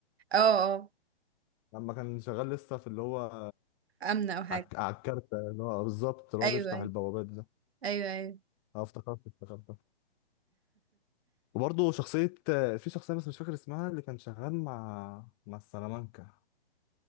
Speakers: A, on the right; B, on the left.
A: اه اه
B: لما كان شغال لسه في اللي هو
A: امنه او حاجه
B: عك- على الكارتة اللي هو بالظبط اللي
A: ايوه
B: هو بيفتح
A: ايوه
B: البوابات ده
A: ايوه ايوه
B: اه افتكرت افتكرت وبرضه شخصية في شخصية بس مش فاكر اسمها اللي كان شغال مع مع السلامانكا